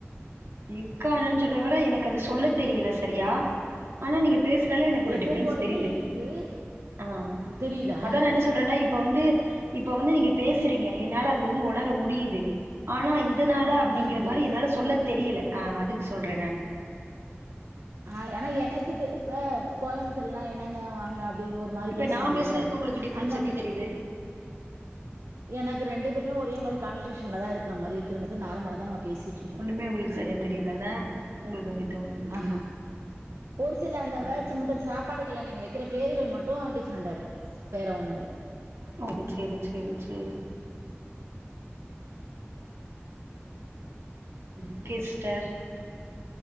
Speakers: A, on the right (about 65°); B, on the right (about 80°).
A: இருக்கானு சொல்றத விட எனக்கு அது சொல்ல தெரியல சரியா ஆனா நீங்க பேச எனக்கு ஒரு
B: எப்பவும்
A: டிஃபரன்ஸ்
B: போலயே
A: தெரியுது
B: இருக்கு
A: ஆ
B: தெரியுதா
A: அதான் நான் என்ன சொல்றேன்னா இப்ப ப்ப வந்து இப்ப வந்து நீங்க பேசுறீங்க என்னால அது வந்து உணர முடியுது ஆனா இது எதனால அப்படிங்கிற
B: உணர முடியுது
A: மாதிரி என்னால சொல்ல தெரியல அதுக்கு சொல்றேன் நான்
B: ஆ ஏன்னா எனக்கு இப்ப கோயம்புத்தூர்லல்லாம் என்னங்க வாங்க அப்படி ஒரு மாதிரி
A: இப்ப
B: பேசுவாங்கல்ல
A: நா பேசுறதுக்கு உங்களுக்கு டிஃப்ரென்ஸ்
B: அந்த
A: எப்டி தெரியுது
B: எனக்கு ரெண்டு பேருமே ஓரே மாதிரி கான்வர்சேஷன்ல தான் இருக்கிற மாதிரி இருக்கு ரெண்டு பேரும் நார்மலா தான் நம்ம பேசி இரு
A: ஒண்ணுமே உங்களுக்கு சரியா தெரியலல உங்களுக்கு அப்படி தோணுது
B: ஆஹா ஒரு சில அந்த வேர்ட்ஸ்
A: ஓகே
B: மட்டும் சாப்ப சாப்பாடுகள நீங்க வைக்கிற பேருகள் மட்டும் டிஃப்ரெண்ட்டா இருக்கு வேற ஒன்னும் இல்ல
A: ம் சேரி சேரி சேரி ஓகே சிஸ்டர்